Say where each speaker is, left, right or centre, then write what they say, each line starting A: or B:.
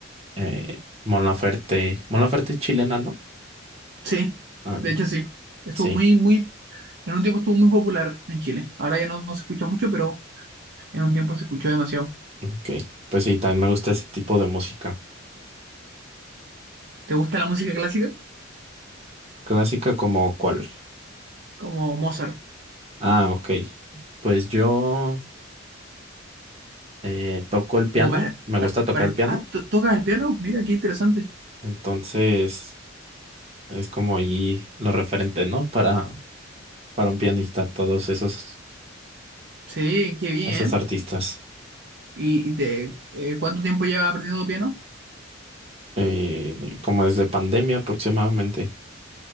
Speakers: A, on the right; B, on the right.
A: eh, Mon Laferte. Mon Laferte es chilena, ¿no?
B: Sí,
A: Ah,
B: de hecho sí. Estuvo
A: sí,
B: muy, muy En un tiempo estuvo muy popular en Chile. Ahora ya no, no se escucha mucho, pero en un tiempo se escuchó demasiado.
A: ok. Pues sí, también me gusta ese tipo de música.
B: ¿Te gusta la música clásica?
A: Clásica como cuál.
B: Como Mozart.
A: Ah, ok. Pues yo eh, toco el piano,
B: O para,
A: me
B: para,
A: gusta tocar
B: para-
A: el piano,
B: ah, ¿to- ¿tocas el piano? Mira, qué interesante.
A: entonces es como ahí lo referente, ¿no? Para, para un pianista, todos esos,
B: Sí, qué bien.
A: esos artistas.
B: ¿Y, y te, eh, cuánto tiempo llevas aprendiendo piano?
A: Eh, como desde pandemia aproximadamente.